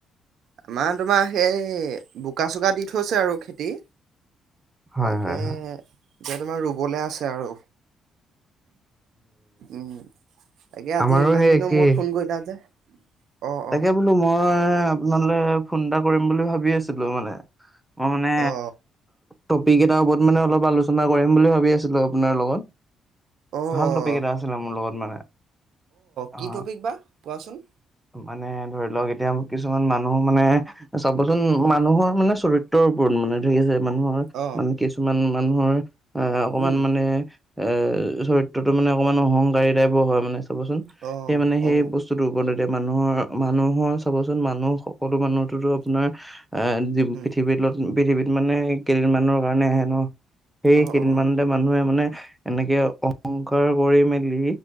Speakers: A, on the right; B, in the centre.
A: আমাৰ তোমাৰ সেই বোকা চোকা দি থৈছে আৰু খেতি।
B: হয়
A: তাকে
B: হয়
A: এতিয়া
B: হয়
A: তোমাৰ ৰুবলৈ আছে আৰু। উম তাকে আজি
B: আমাৰো
A: ইমান
B: সেই
A: দিনৰ
B: একেই
A: মূৰত ফোন কৰিলা যে? অ
B: তাকে
A: অ
B: বোলো মই আপোনালৈ ফোন এটা কৰিম বুলি ভাবি আছিলো মানে। মই মানে
A: অ
B: টপিক এটাৰ ওপৰত মানে অলপ আলোচনা কৰিম বুলি ভাবি আছিলো আপোনাৰ লগত।
A: অ অ
B: ভাল টফিক এটা আছিলে মোৰ লগত মানে,
A: কি
B: অ
A: টপিক বা কোৱাচোন।
B: মানে ধৰি লওক এতিয়া কিছুমান মানুহ মানে চাবচোন
A: উম
B: মানুহৰ মানে চৰিত্ৰ গুৰুত্বপূৰ্ণ মানে ধৰি আছে মানুহৰ
A: অ
B: মানে কিছুমান মানুহৰ আহ অকমান
A: উম
B: মানে এ চৰিত্ৰতো মানে অকমান অহংকাৰী টাইপৰ হয় মানে চাবচোন
A: অ
B: সেই মানে সেই
A: অ
B: বসু বৰনৈতে, মানুহৰ মানুহৰ চাবচোন মানুহ সকলো মানুহোতো আপোনাৰ এ
A: উম
B: পৃথিৱীত পৃথিৱীত মানে কেইদিনমানৰ কাৰণে হেনো সেই
A: অ
B: কেইদিনমানতে
A: অ
B: মানুহে মানে এনেকে অহংকাৰ কৰি মেলি